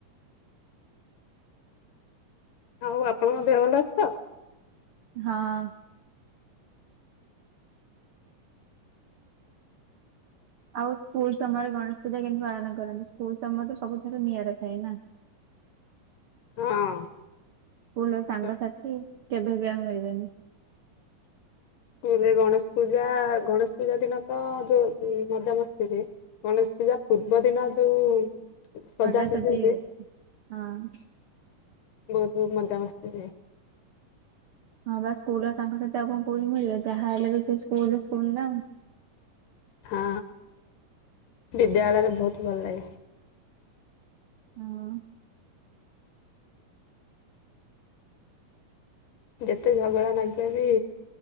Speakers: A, on the left (about 75°); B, on the right (about 70°).
A: ଆଉ ଆପଣଙ୍କ ଦେହ ଭଲ ଅଛି ତ?
B: ହଁ। ଆଉ ସ୍କୁଲ ସମୟରେ ଗଣେଶ ପୂଜା କେମତି ପାଳନ କରନ୍ତୁ ସ୍କୁଲ ସମୟ ତ ସବୁଠାରୁ ନିଆରା ଥାଏ ନା
A: ଓହୋ
B: ସ୍କୁଲ ସାଙ୍ଗସାଥୀ।
A: ହଁ।
B: କେବେ ବି ଆଉ ମିଲିବେନି।
A: ସ୍କୁଲରେ ଗଣେଶ ପୂଜା ଗଣେଶ ପୂଜା ଦିନ ତ ଯୋଉ ମଜାାମସ୍ତିରେ ଗଣେଶ୍ ପୂଜା ପୂର୍ବ ଦିନ ଯୋଉ। ସଜାସଜି
B: ଅଟା ସଜି
A: ହୁଏ
B: ହଁ <unintelligible> <inaudible>
A: ବହୁତ ମଜା ମସ୍ତିରେ।
B: ହଁ ବା ସ୍କୁଲ ସାଙ୍ଗ ସାଥି ଆଉ କଣ କ ମିଳିବ ଯାହା ହେଲା ବି ସେ ସ୍କୁଲକୁଣିଲ।
A: ହଁ ବିଦ୍ୟାଳୟରେ ବହୁତ ଭଲ ଲାଗେ।
B: ହଁ।
A: ଯେତେ ଝଗଡ଼ା ଲାଗିଲେ ବି